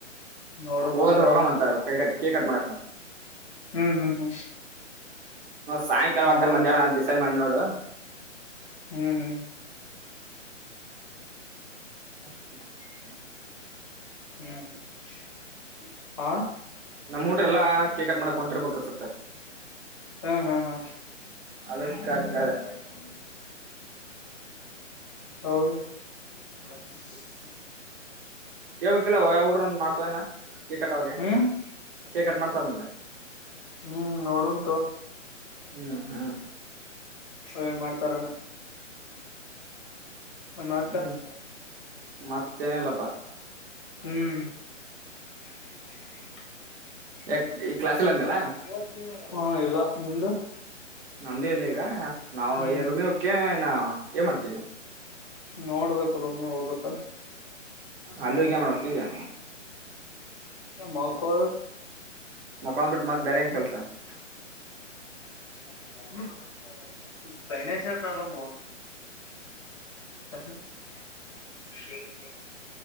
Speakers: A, on the left (about 25°); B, on the right (about 50°).
A: ನೋಡಮ್
B: ಹೋಗಂದ್ರೆ
A: ಅಂತ
B: ಹೋಗಮ್ ಅಂತಾ <unintelligible> ಕೇಕಟ್ ಮಾಡಕ
A: ಹ್ಮ್ ಹ್ಮ್ ಹ್ಮ್
B: ಸಾಯಂಕಾಲ ಒಟ್ಟ
A: ನೋಡಮ್
B: ಮಧ್ಯಾಹ್ನ
A: ನೋಡು
B: ಡಿಸೈಡ್ ಮಾಡಿ ನೋಡು
A: ಹ್ಮ್ ಹ್ಮ್
B: <inaudible>
A: <unintelligible> ಹಾ
B: ನಮ್ಮ್ ಉಡುಗುರು ಎಲ್ಲಾ ಕೇಕಟ್ ಮಾಡಕ್ ಹೊಂಟಿರ್ಬೇಕಸತ್ತ
A: ಹಾ ಹಾ ಹಾ <unintelligible>
B: ಅದಕ್ಕ ಕೇಳ್ದೆ
A: ಹೌದು <unintelligible>
B: ಕೇಳುಬೇಕುವಲ ಯಾವ ಹುಡುಗರು ಮಾಡ್ತವನ ಕೇಕ್ ಕಟ್ ಅವ್ರಿಗೆ
A: ಹ್ಮ್
B: ಕೇಕ್ ಮಾಡ್ತಾರಂತ
A: ಹ್ಮ್ ನೋಡಮ ತೊ
B: ಹ್ಮ್ ಹ್ಮ್
A: ಅವ ಏನ್ ಮಾಡ್ತಾರಾನ ಮಾತ್ತ
B: ಹ್ಮ್ ಮತ್ತೇನಿಲ್ಲಪ್ಪಾ
A: ಹ್ಮ್ <unintelligible>
B: ಯಾಕ್ ಈ ಕ್ಲಾಸಲ್ ಅಂದಲ್ಲ
A: <inaudible> ಹಾ ಇಲ್ಲ ನಿಮ್ದು
B: ನಮ್ದು ಇಲ್ಲ ಈಗ ನಾವು
A: ಹ್ಮ್
B: ಎ ರೂಮಿ ಹೋಗುತೆ ಇನ್ನ ಏನ್ ಮಾಡ್ತವಿ
A: ನೋಡ್ಬೇಕು ರೂಮಿ ಹೋಗಬೇಕಲ್
B: ಅಲ್ಲಿ ಹೋಗಿ ಏನ್ ಮಾಡ್ಬೇಕು ಈಗ
A: ಮಲೋಕುಡು ನಮ್ಮ
B: ಮಕ್ಕೊಂಡ್
A: <unintelligible>
B: ಬಿಟ್ಟು ಮತ್ ಬೇರೆ ಏನ್ ಕೆಲ್ಸ
A: ಹ್ಮ್ ಫಿನಿಸಿಯಲ್ ಪ್ರಾಬ್ಲಮ <unintelligible>